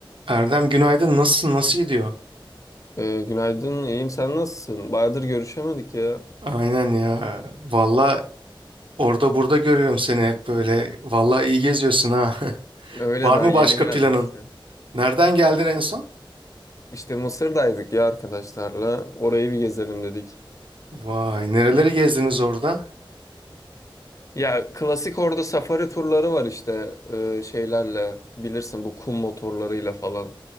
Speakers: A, on the right (about 70°); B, on the left (about 40°).
A: Erdem günaydın nasılsın nasıl gidiyor?
B: Ee, günaydın, iyiyim. Sen nasılsın? Bayağıdır görüşemedik ya.
A: Aynen ya. Valla orada burada görüyorum seni hep böyle. Valla iyi geziyorsun ha. <laughs>
B: Öyle
A: Var
B: daha
A: mı
B: yeni
A: başka planın?
B: geldik işte.
A: Nereden geldin en son?
B: İşte Mısır'daydık ya arkadaşlarla. Orayı bir gezelim dedik.
A: Vay nereleri
B: Ne?
A: gezdiniz orada?
B: Ya klasik orada safari turları var işte ee, şeylerle bilirsin bu kum motorlarıyla falan.